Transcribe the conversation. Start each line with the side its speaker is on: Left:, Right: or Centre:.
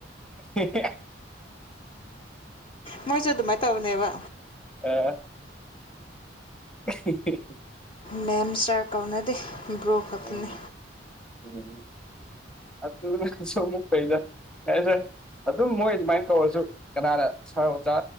Centre: <unintelligible>
Left: ꯃꯣꯏꯁꯨ ꯑꯗꯨꯃꯥꯏꯅ ꯇꯧꯕꯅꯦꯕ
Centre: ꯑ <unintelligible>
Left: ꯃꯦꯝ ꯁꯥꯔ ꯀꯧꯅꯗꯦ ꯕ꯭ꯔꯣ ꯈꯛꯇꯅꯤ
Centre: ꯎꯝ ꯎꯝ ꯑꯅꯁꯨ ꯁꯃꯨꯛ ꯐꯩꯏꯗ ꯌꯥꯁꯦ ꯑꯗꯨꯝ ꯃꯣꯏ ꯑꯗꯨꯃꯥꯏꯅ ꯀꯧꯔꯁꯨ ꯀꯅꯥꯅ ꯁꯥꯔ ꯑꯣꯖꯥ